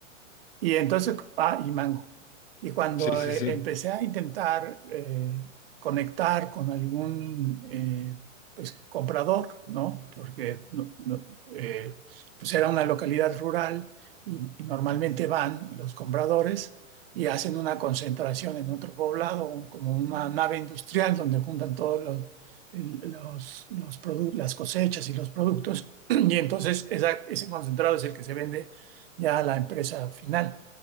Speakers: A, on the right; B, on the left.
A: Y entonces, ah, y mango. Y cuando
B: sí, sí,
A: eh,
B: sí,
A: empecé a intentar eh, conectar con algún eh, pues, comprador, ¿no? Porque no- no, eh, pues era una localidad rural y, y normalmente van los compradores y hacen una concentración en otro poblado, un- como una nave industrial donde juntan todos los, el- los, los produ- las cosechas y los productos. <clears throat> Y entonces esa- ese concentrado es el que se vende ya a la empresa final.